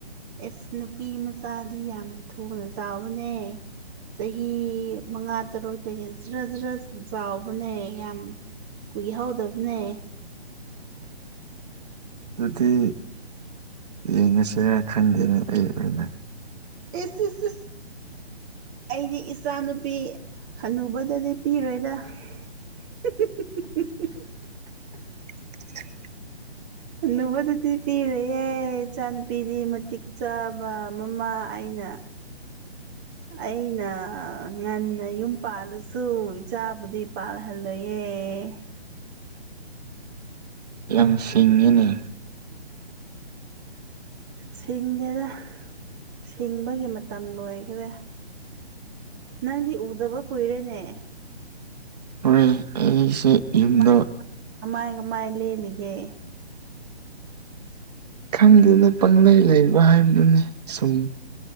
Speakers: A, on the right (about 15°); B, on the right (about 40°).
A: ꯑꯦꯁ ꯅꯨꯄꯤ ꯃꯆꯥꯗꯤ ꯌꯥꯝ ꯊꯨꯅ ꯆꯥꯎꯕꯅꯦ ꯆꯍꯤ ꯃꯉꯥ ꯇꯔꯨꯛꯇꯒꯤ ꯖ꯭ꯔ ꯖ꯭ꯔ ꯆꯥꯎꯕꯅꯦ ꯌꯥꯝ ꯀꯨꯏ ꯍꯧꯗꯕꯅꯦ
B: ꯑꯗꯨꯗꯤ ꯌꯦꯡꯉꯁꯤꯔꯥ ꯈꯟꯗꯦꯅꯦ ꯑꯩ ꯑꯣꯏꯅ
A: ꯏꯁ ꯏꯁ ꯁꯤꯁ ꯑꯩꯗꯤ ꯏꯆꯥ ꯅꯨꯨꯄꯤ ꯍꯟꯅꯨꯕꯗꯗꯤ ꯄꯤꯔꯣꯏꯗꯥ ꯍꯨꯍꯨꯍꯨ
B: <inaudible>
A: ꯍꯅꯨꯕꯗꯗꯤ ꯄꯤꯔꯦꯌꯦ ꯏꯆꯥ ꯅꯨꯨꯄꯤꯗꯤ ꯃꯇꯤꯛ ꯆꯥꯕ ꯃꯃꯥ ꯑꯩꯅ
B: <inaudible>
A: ꯑꯩꯅ ꯉꯟꯅ ꯌꯨꯝ ꯄꯥꯜꯂꯁꯨ ꯏꯆꯥꯕꯨꯗꯤ ꯄꯥꯜꯍꯜꯂꯣꯏꯌꯦ ꯑꯦ
B: ꯌꯥꯝ ꯁꯤꯡꯉꯤꯅꯦ <inaudible>
A: ꯁꯤꯡꯗꯦꯗ ꯁꯤꯡꯕꯒꯤ ꯃꯇꯝ ꯂꯣꯏꯈ꯭ꯔꯦ ꯅꯪꯗꯤ ꯎꯗꯕ ꯀꯨꯏꯔꯦꯅꯦ
B: ꯍꯣꯏ ꯑꯩꯁꯦ ꯌꯨꯝꯗ
A: ꯀꯃꯥꯏ ꯀꯃꯥꯏ ꯀꯃꯥꯏ ꯀꯃꯥꯏ ꯂꯦꯜꯂꯤꯒꯦ
B: ꯈꯪꯗꯗ ꯄꯪꯂꯩ ꯂꯩꯕ ꯍꯥꯏꯕꯗꯨꯅꯤ ꯁꯨꯝ